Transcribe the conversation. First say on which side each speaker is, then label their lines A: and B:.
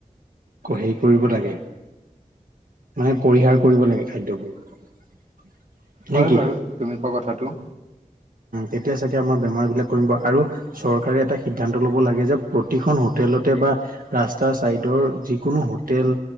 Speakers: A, on the right (about 80°); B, on the right (about 55°).
A: হেৰি কৰিব লাগে। মানে পৰিহাৰ কৰিব লাগে খাদ্যবোৰ।
B: হয়
A: নে কি
B: বাৰু তুমি কোৱা কথাটো।
A: তেতিয়া চাগে আমাৰ বেমাৰবিলাক কমিব আৰু চৰকাৰে এটা সিদ্ধান্ত ল'ব লাগে যে প্ৰতিখন হোটেলতে বা। ৰাস্তাৰ চাইডৰ যিকোনো হোটেল